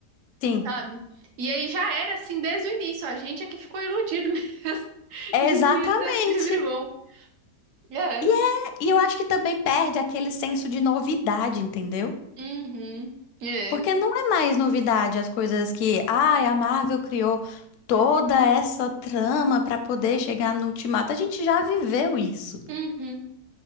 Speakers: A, on the left; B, on the right.
A: Sim,
B: sabe? E aí já era assim desde o início, a gente é que ficou iludido <laughs> mesmo
A: exatamente.
B: de que ia ser sempre bom. É.
A: E é, e eu acho que também perde aquele senso de novidade, entendeu?
B: Uhum. É.
A: Porque não é mais novidade as coisas que, ai, a Marvel criou toda essa trama pra poder chegar no Ultimato. A gente já viveu isso.
B: Uhum.